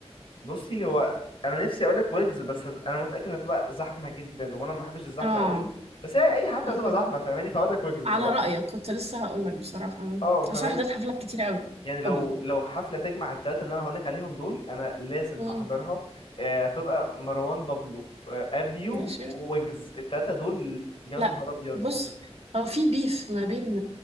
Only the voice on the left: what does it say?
بصي هو انا نفسي اقول لك ويجز بس هت- انا متاكد انها تبقى زحمه جدا وانا ما بحبش الزحمه
قوي بس هي اي حفله
هتبقى زحمه فاهماني فاقول لك ويجز بصراحه
اه فاهماني
يعني لو
لو حفلة تجمع التلاتة اللي أنا هقولك عليهم دول أنا لازم
هحضرها آه، هتبقى مروان بابلو آه، أبيو
ويجز التلاتة دول يا
نهار أبيض